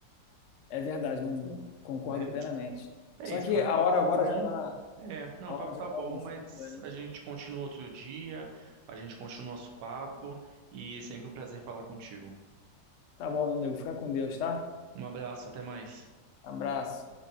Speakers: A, on the left; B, on the right.
A: é verdade, meu amigo. Concordo
B: né?
A: plenamente.
B: É
A: Só
B: isso,
A: que
B: cara.
A: a
B: O papo
A: hora
B: tá
A: agora
B: bom.
A: já tá,
B: É, não,
A: a
B: o
A: hora
B: papo
A: já
B: tá
A: tá
B: bom,
A: avançando.
B: mas
A: é.
B: a gente continua outro dia, a gente continua nosso papo e sempre um prazer falar contigo.
A: Tá bom, meu amigo. Fica com Deus, tá?
B: Um abraço, até mais.
A: Abraço.